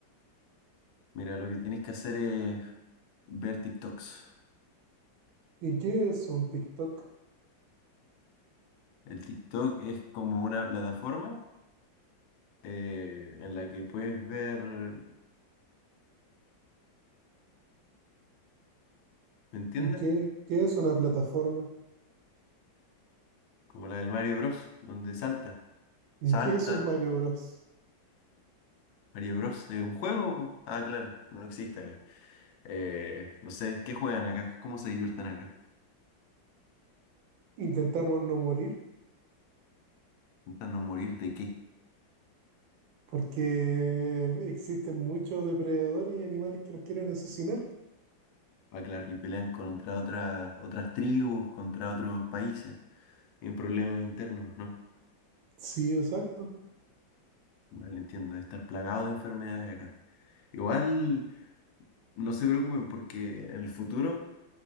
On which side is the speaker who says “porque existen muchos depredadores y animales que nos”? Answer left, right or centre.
Right